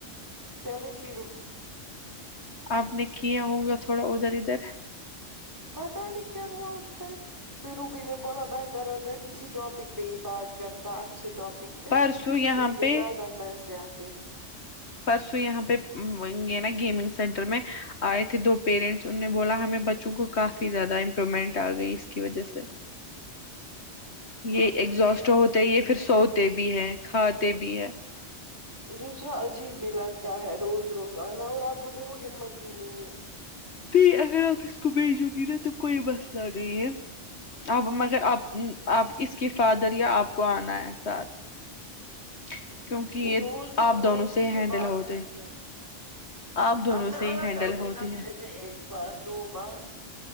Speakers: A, on the right (about 15°); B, on the left (about 65°).
A: سیونٹی روپیس
B: آپ نے کیا ہوںگا تھوڑا ادھر ادھر
A: پتاہ نہیں کیا ہوا اس پھر روبی نے بولا بہتر رہتا ہے کسی ٹاپک پہ ہی بات کرتا اچھے ٹاپک
B: پرسوں یہاں
A: اس سے
B: پہ
A: زیادہ پیسے آتے ہیں
B: پرسوں یہاں پہ گ نا گیمنگ سینٹر میں آئے تھے دو پیرنٹس ان نے بولا ہمیں بچوں کو کافی زیادہ امپرومنٹ آ گئی اس کی وجہ سے
A: ہاں
B: یہ
A: میں
B: ایگزوسٹ
A: بھی آتی
B: ہوتا ہے
A: ہوں
B: یہ
A: تو
B: پھر
A: حکت
B: سوتے بھی ہے کھاتے
A: اور
B: بھی ہے
A: دوسرا عجیب بھی لگتا ہے روز روز آنا اور اب مجھے وہ ہمت بھی نہیں ہے
B: پھر اگر آپ اس کو بھیجو گی ن تو کوئی بس نہ نہیں ہے اب مگر آپ آپ اس کے فادر یا آپ کو آنا ہے ساتھ <unintelligible> کیونکہ یہ
A: روز تو
B: آپ
A: روز
B: دونوں سے
A: کی تو
B: ہینڈل
A: بات
B: ہوتے
A: ہے نہیں
B: آپ دونوں
A: اب میں
B: سے
A: اا
B: ہی ہینڈل
A: کروں
B: ہوتے
A: گی ہفتے
B: ہیں
A: میں ایک بار دو بار